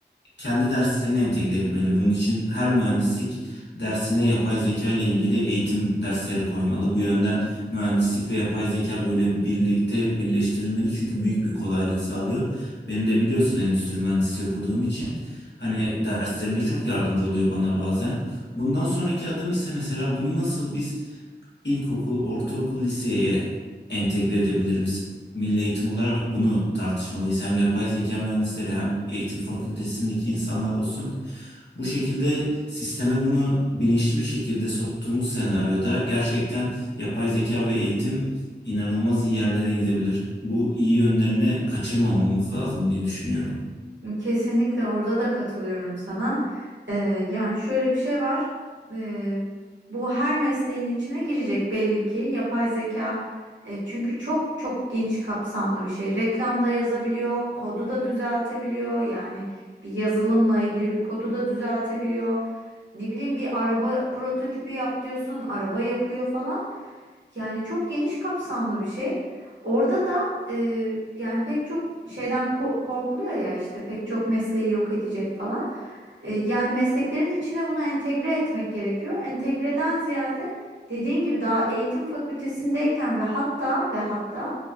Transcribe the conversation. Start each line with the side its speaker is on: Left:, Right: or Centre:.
Left: kendi derslerine entegre etmeli. Bunun için her mühendislik dersine yapay zeka ile ilgili eğitim dersleri koymalı. Bu yönden mühendislik ve yapay zeka böyle birlikte birleştirilmeli çünkü büyük bir kolaylık sağlıyor. Beni de biliyorsun endüstri mühendisi okuduğum için hani derslerimde çok yardımcı oluyor bana bazen. Bundan sonraki adım ise mesela bunu nasıl biz ilkokul, ortaokul, liseye entegre edebiliriz? milli eğitim olarak bunu tartışmalıyız. Hem yapay zeka mühendisleri hem eğitim fakültesindeki insanlar olsun. Bu şekilde sisteme bunu bilinçli bir şekilde soktuğumuz senaryoda gerçekten yapay zeka ve eğitim inanılmaz iyi yerlere gidebilir. Bu iyi yönlerini kaçırmamamız lazım diye düşünüyorum.
Right: Kesinlikle orada da katılıyorum sana. Ee, yani şöyle bir şey var. Ee, bu her mesleğin içine girecek belli ki. Yapay zeka e, çünkü çok çok geniş kapsamlı bir şey. Reklamda yazabiliyor, kodu da düzeltebiliyor. Yani bir yazılımla ilgili bir kodu da düzeltebiliyor. Ne bileyim bir araba prototipi yap diyorsun, araba yapıyor falan. Yani çok geniş kapsamlı bir şey. Orada da e, yani pek çok şeyden ko- korkuluyor ya işte pek çok mesleği yok edecek falan. E, yani mesleklerin içine bunu entegre etmek gerekiyor. Entegreden ziyade dediğin gibi daha eğitim fakültesindeyken ve hatta ve hatta